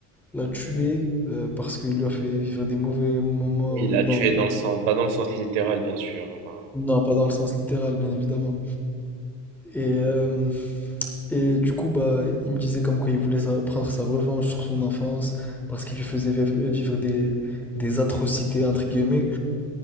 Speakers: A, in the centre; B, on the right.
A: la tuer euh, parce qu'il lui a fait vivre des mauvais moments.
B: Oui, là,
A: Non,
B: tu es dans le sens, pas dans le sens littéral, bien sûr. Enfin,
A: non, pas dans le sens littéral, bien évidemment. Et euh, Et du coup, bah, il me disait comme quoi il voulait sa- prendre sa revanche sur son enfance parce qu'il lui faisait vivre, vivre des, des atrocités, entre guillemets.